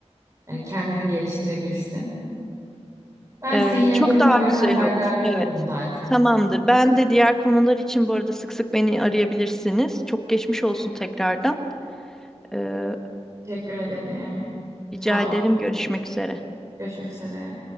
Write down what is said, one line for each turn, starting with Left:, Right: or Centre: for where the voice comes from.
Right: Hani kendini geliştirebilsin. Ben
Centre: Ee,
Right: size yine
Centre: çok
Right: duruma
Centre: daha
Right: göre
Centre: güzel
Right: haberdar
Centre: olur.
Right: olurum
Centre: Evet.
Right: zaten.
Centre: Tamamdır. Ben de diğer konular için bu arada sık sık beni arayabilirsiniz. Çok geçmiş olsun tekrardan. Ee,
Right: Teşekkür ederim. Sağ
Centre: Rica ederim.
Right: ol.
Centre: Görüşmek üzere.
Right: Görüşmek üzere.